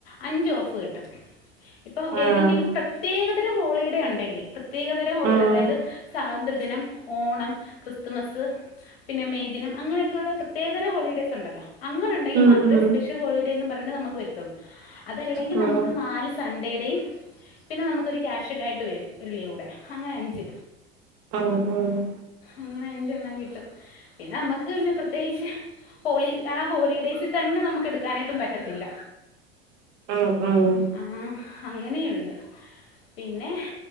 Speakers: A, on the left; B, on the right.
A: അഞ്ച് ഓഫ് കിട്ടും ഇപ്പം
B: ആഹ്
A: ഏതെങ്കിലും പ്രത്യേക തരം ഹോളിഡേ ഉണ്ടെങ്കി പ്രത്യേകതരം ഹോളിഡെ
B: ഉം
A: അതായത് സ്വതന്ത്ര ദിനം, ഓണം, ക്രിസ് ത് പിന്നെ മെയ് ദിനം അങ്ങനൊക്കെയുള്ള പ്രത്യേകരം ഹോളിഡേയ്സൊണ്ടല്ലോ അങ്ങനെയുണ്ടെങ്കി
B: ഉം
A: മാത്രെ
B: ഉം
A: സ്പെഷ്യൽ ഹോളിഡേന്നും പറഞ്ഞ് നമക്ക് വരുത്തുള്ളൂ അതല്ലെങ്കി
B: ഉം
A: നമുക്ക് നാല് സൺഡേടെയും പിന്നെ നമുക്കൊരു ക്യാഷ്യുവൽ ആയിട്ട് വരും ഒരു ലീവൂടെ അങ്ങനെ അഞ്ച്
B: ഉം ഉം
A: അങ്ങനെ അഞ്ചെണ്ണം കിട്ടും പിന്നെ നമ്മക്ക് പിന്നെ പ്ര - പ്രത്യേകിച്ച് ഹോളി ആ ഹോളിഡേയ്സിൽ തന്നെ നമുക്ക് എടുക്കാനായിട്ടും പറ്റത്തില്ല
B: ആഹ് ആഹ്
A: ആ, അങ്ങനെയുണ്ട് പിന്നെ